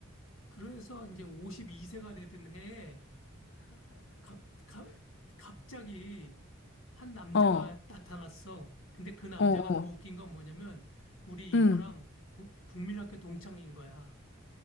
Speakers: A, on the left; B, on the left.
A: 그래서 이제 52세가 되던 해에 갑, 갑, 갑자기 한 남자가
B: 어,
A: 나타났어. 근데 그 남자가
B: 어, 어,
A: 더 웃긴 건 뭐냐면 우리
B: 응.
A: 이모랑 구- 국민학교 동창인 거야.